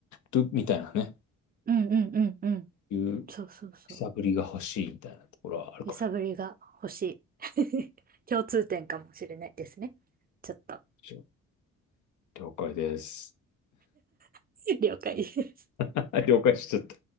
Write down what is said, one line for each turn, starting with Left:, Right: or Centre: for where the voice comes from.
Left: るみたいなね。
Right: うんうんうんうん。
Left: 揺
Right: そうそうそう。
Left: さぶりが欲しいみたいなところはあるかもし
Right: 揺さぶりが欲しい。<laughs> 共通点かもしれないですね。ちょっと、
Left: れない。あ了解です。
Right: <laughs> 了解です。
Left: <laughs> 了解しちゃった。